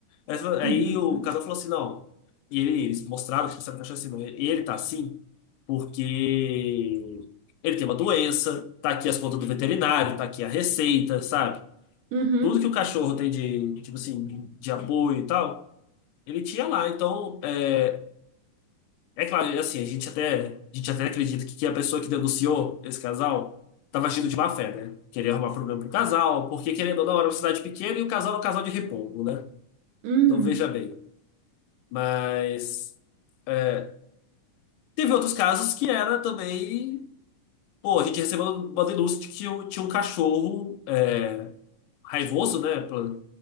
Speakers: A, on the left (about 85°); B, on the right (about 80°).
A: Aí, eles falaram-
B: uhum,
A: aí o casal falou assim, não. E ele- eles mostraram que sabe, o cachorro assim, não. Ele, ele tá assim porque ele tem uma doença, tá aqui as contas do veterinário, tá aqui a receita, sabe?
B: uhum,
A: Tudo que o cachorro tem de, tipo assim, de apoio e tal, ele tinha lá. Então, é, é claro, assim, a gente até, a gente até acredita que, que a pessoa que denunciou esse casal estava agindo de má fé, né? Queria arrumar problema pro casal, porque querendo ou não, era uma cidade pequena e o casal era um casal de repolho, né?
B: uhum,
A: Então veja bem. Mas é, teve outros casos que era também. Pô, a gente recebeu uma denúncia de que tinha um tinha um cachorro. é, raivoso, né, pela,